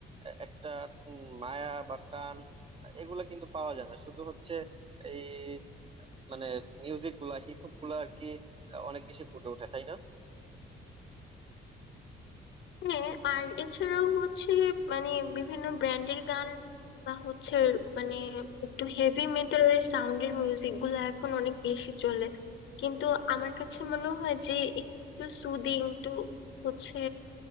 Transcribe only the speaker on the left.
হ্যাঁ আর এছাড়াও হচ্ছে মানে বিভিন্ন ব্র্যান্ডের গান বা হচ্ছে মানে একটু হেভি মেটালের সাউন্ডের মিউজিক গুলো এখন অনেক বেশি চলে কিন্তু আমার কাছে মনে হয় যে একটু সুদিং একটু হচ্ছে